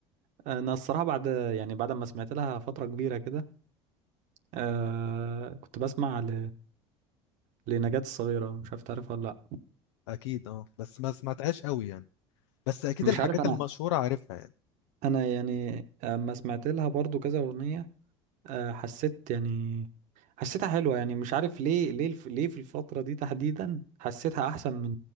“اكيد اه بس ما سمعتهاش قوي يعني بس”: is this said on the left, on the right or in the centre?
Left